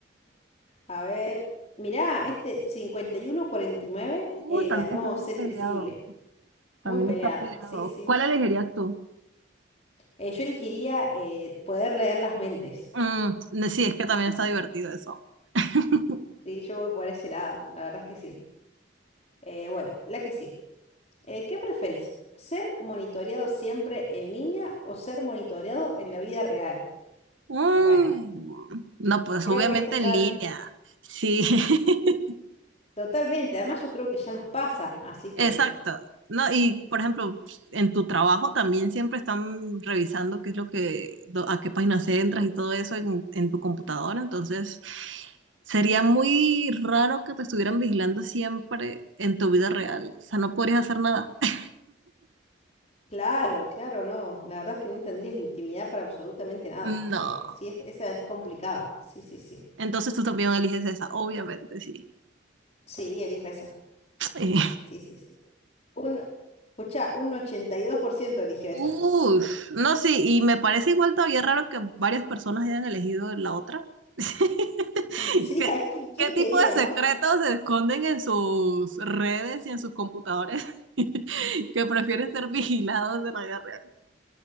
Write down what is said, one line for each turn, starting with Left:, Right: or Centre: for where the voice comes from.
Left: A ver, mirá, este cincuenta y 49
Right: Uh,
Left: eh,
Right: también
Left: ganó
Right: está bien
Left: ser
Right: peleado.
Left: invisible.
Right: También
Left: Muy peleado,
Right: está peleado.
Left: sí, sí.
Right: ¿Cuál elegirías tú?
Left: Eh, yo elegiría eh, poder leer las mentes.
Right: Mm, no,
Left: Sí,
Right: sí, es que
Left: sí,
Right: también
Left: sí.
Right: está divertido eso. <laughs>
Left: Sí, yo voy por ese lado, la verdad es que sí. Eh, bueno, la que sigue. Eh, ¿qué preferís? ¿Ser monitoreado siempre en línea o ser monitoreado en la vida real?
Right: Mm,
Left: Bueno,
Right: No, pues
Left: creo
Right: obviamente
Left: que esta ya
Right: en línea.
Left: l-
Right: Sí, <laughs>
Left: totalmente, además yo creo que ya nos pasa, así que
Right: exacto. No, y por ejemplo, en tu trabajo también siempre están revisando qué es lo que, do- a qué páginas entras y todo eso en, en tu computadora. Entonces, sería muy raro que te estuvieran vigilando siempre en tu vida real. O sea, no podrías hacer nada. <laughs>
Left: claro, claro, no, la verdad es que no tendrías intimidad para absolutamente nada.
Right: No.
Left: Eh, sí, es- esa es complicada, sí, sí, sí.
Right: Entonces tú también eliges esa, obviamente, sí.
Left: Sí, elijo esa, sí,
Right: <laughs> Eh,
Left: sí, sí, sí. Un, escuchá, un 82% eligió esa.
Right: Ush, no, sí, y me parece igual todavía raro que varias personas hayan elegido la otra. <laughs>
Left: <laughs> Sí,
Right: ¿Qué,
Left: ¿a quién, quién
Right: qué tipo
Left: quería,
Right: de secretos
Left: no?
Right: se esconden en sus redes y en sus computadores <laughs> que prefieren ser vigilados en la vida real?